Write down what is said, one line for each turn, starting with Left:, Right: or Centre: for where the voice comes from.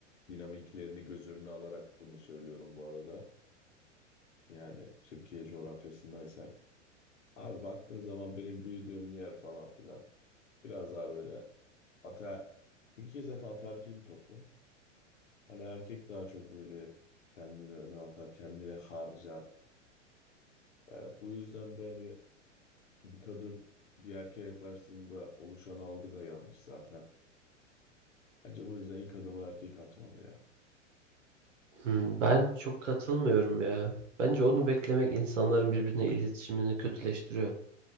Left: dinamiklerini göz önüne alarak bunu söylüyorum bu arada. Yani Türkiye coğrafyasındaysak. Abi baktığın zaman benim büyüdüğüm yer falan filan. Biraz daha böyle ater... Türkiye zaten ataerkil bir toplum. Hani erkek daha çok böyle kendini öne atar, kendine harcar. E, bu yüzden de hani bir kadın bir erkeğe yaklaştığında oluşan algı da yanlış zaten. Bence bu yüzden ilk adımı erkek atmalı ya.
Right: Hmm, ben çok katılmıyorum ya. Bence onu beklemek insanların birbirine iletişimini kötüleştiriyor.